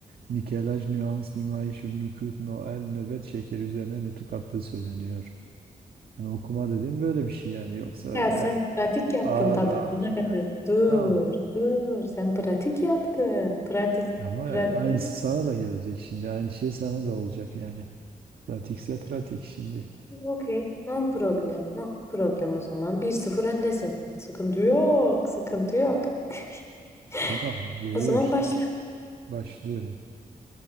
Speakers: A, on the right (about 80°); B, on the left (about 20°).
A: nikelaj nüans nümayiş nükut noel nöbet şeker üzerine nutuk attığı söyleniyor. Yani okuma dediğim böyle bir şey yani yoksa öyle
B: Ya sen pratik yaptın
A: ağır
B: tabii
A: ağır.
B: buna kadar. Dur,
A: Tamam.
B: dur. Sen pratik yaptın. Pratik,
A: Ama
B: pratik.
A: aynısı sana da gelecek şimdi. Aynı şey sana da olacak yani. Pratikse pratik şimdi.
B: Okey. No problem. No problem o zaman. Bir sıfır öndesin. Sıkıntı yok. Sıkıntı yok. <laughs>
A: Tamam. Geliyor.
B: O zaman başla.
A: Başlıyorum.